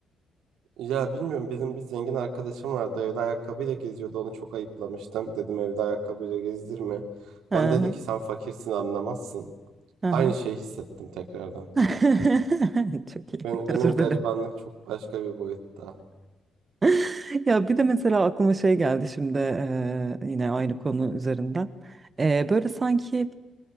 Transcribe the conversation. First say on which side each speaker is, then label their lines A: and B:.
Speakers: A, on the right; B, on the right.
A: Ya bilmiyorum bizim bir zengin arkadaşım vardı evde ayakkabıyla geziyordu onu çok ayıplamıştım. Dedim evde ayakkabıyla gezdirme.
B: Hı
A: Bana dedi
B: hı.
A: ki sen fakirsin anlamazsın.
B: Hı
A: Aynı
B: hı.
A: şeyi hissettim tekrardan.
B: <laughs> Çok iyi.
A: Ben, benim
B: Özür
A: garibanlık
B: dilerim.
A: çok başka bir boyutta.
B: <laughs> Ya bir de mesela aklıma şey geldi şimdi eee, yine aynı konu üzerinden. Eee, böyle sanki